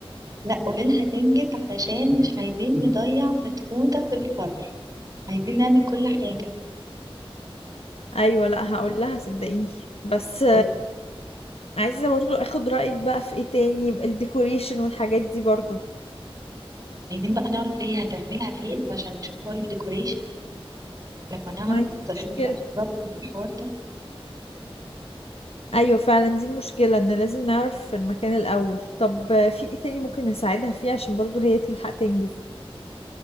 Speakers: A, on the right; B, on the left.
A: لا قوليلها تنجز علشان مش عايزين نضيع فتفوتة في الفرح عايزين نعمل كل حاجة
B: أيوة لأ هقول لها صدقيني بس
A: طب
B: عايزة برضو اخد رأيك بقى في ايه تاني الديكوريشن والحاجات دي برضو
A: عايزين بقى نعرف هي هتعملها فين عشان نشوف حوار الديكوريشن لما نعرف
B: ما هي دي
A: هتبقى
B: مشكلة
A: بالظبط الحوار ده
B: ايوه فعلا دي المشكلة ان لازم نعرف في المكان الاول طب في ايه تاني ممكن نساعدها فيه عشان برضو هي تلحق تنجز